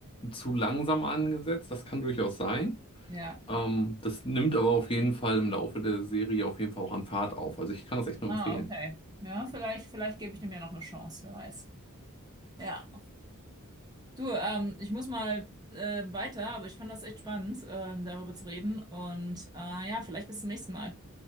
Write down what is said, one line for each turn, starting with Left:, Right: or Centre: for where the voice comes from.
Left: zu langsam angesetzt. Das kann durchaus sein.
Right: ja.
Left: Ähm, das nimmt aber auf jeden Fall im Laufe der Serie auf jeden Fall auch an Fahrt auf. Also ich kann das echt nur
Right: Ah,
Left: empfehlen.
Right: okay. Ja, vielleicht, vielleicht gebe ich dem ja noch eine Chance, wer weiß. Ja. Du, ähm, ich muss mal äh, weiter, aber ich fand das echt spannend, ähm, darüber zu reden. Und äh, ja, vielleicht bis zum nächsten Mal.